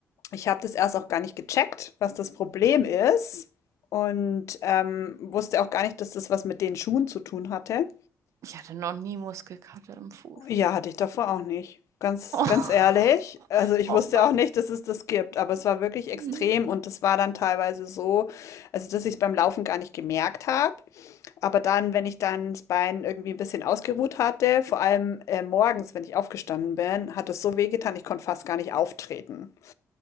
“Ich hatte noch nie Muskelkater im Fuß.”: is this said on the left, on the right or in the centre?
Right